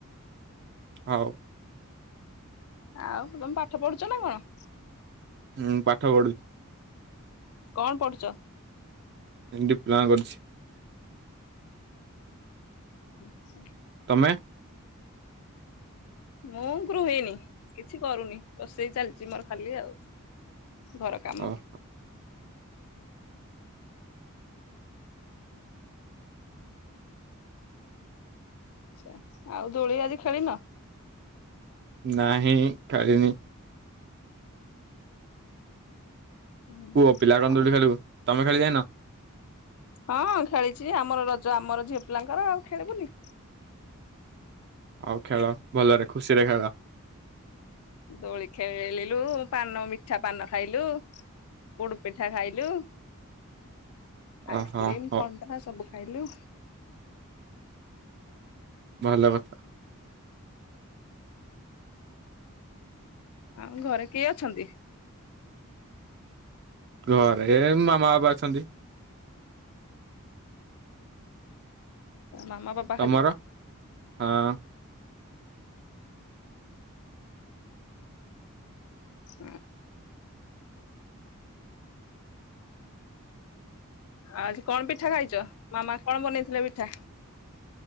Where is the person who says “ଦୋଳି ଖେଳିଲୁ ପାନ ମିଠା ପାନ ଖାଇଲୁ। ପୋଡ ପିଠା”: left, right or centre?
Left